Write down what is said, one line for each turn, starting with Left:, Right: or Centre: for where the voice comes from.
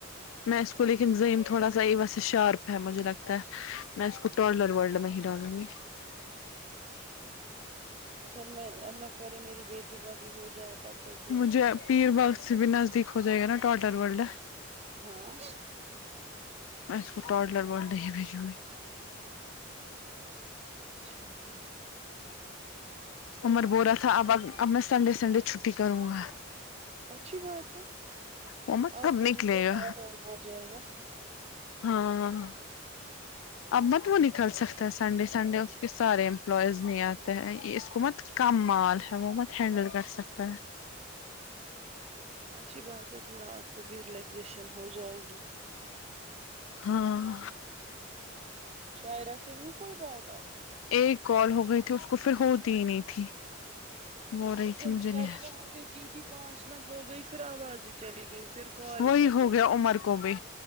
Left: میں اس کو لیکن زم تھوڑا سا ہی ویسے شارپ ہے مجھے لگتا ہے میں اس کو ٹر ورلڈ میں ہی ڈالوں گی
Right: اگر میں اللہ کرے میری بیٹی کا بھی ہو جائے تب تک یہ
Left: مجھے پیر باغ سے بھی نزدیک ہو جائے گا نا ٹاٹر ورلڈ
Right: ہاں
Left: میں اس کو ٹلر بول بھیجوں گی
Right: اچھا ہاں
Left: عمر بول رہا تھا اب ا اب میں سنڈے سنڈے چھٹی کروں گا
Right: اچھی بات ہے
Left: وہ مت
Right: آپ
Left: کب
Right: کو
Left: نکلے
Right: بھی تو
Left: گا
Right: آ جائے گا
Left: ہاں اب مت وہ نکل سکتا ہے سنڈے سنڈے اس کے سارے امپلائیز نہیں آتے ہیں اس کو مت کم مال ہے وہ بہت ہینڈل کر سکتا ہے
Right: اچھی بات ہے تھوڑا آپ کو بھی ریلیکزیشن ہو جائے گی
Left: ہاں
Right: شاعرہ سے ہوئی کوئی بات آپ کی
Left: ایک کال ہو گئی تھی اس کو پھر ہوتی ہی نہیں تھی وہ رہی
Right: اس
Left: تھی
Right: نے
Left: مجھے نہا
Right: <unintelligible> تھی پانچ منٹ ہو گئی پھر آواز ہی چلی گئی پھر کال
Left: وہی
Right: ہی کٹ
Left: ہو گیا
Right: گئی
Left: عمر کو بھی